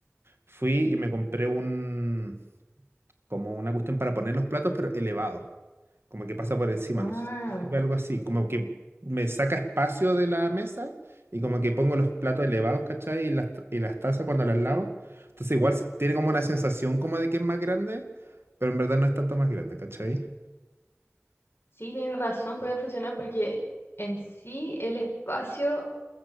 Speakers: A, on the right (about 60°); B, on the left (about 55°).
A: fui y me compré un, como una cuestión para poner los platos, pero elevado como que pasa por encima,
B: Ah,
A: no sé si te sirve algo así, como que me saca espacio de la mesa y como que pongo los platos elevados, ¿cachai? Y las, ta- y las tazas cuando las lavo. Entonces igual se- tiene como una sensación como de que es más grande, pero en verdad no es tanto más grande, ¿cachai?
B: sí, tienes razón, puede funcionar porque en sí el espacio